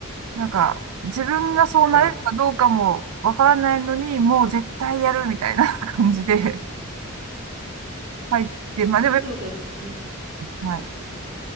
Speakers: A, on the right (about 85°); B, on the right (about 65°).
A: なんか自分がそうなれるかどうかもわからないのに、
B: そうなの。<laughs>
A: もう絶対やるみたいな <laughs> 感じで入って、まあでも、
B: あ、そうなんですね。
A: はい。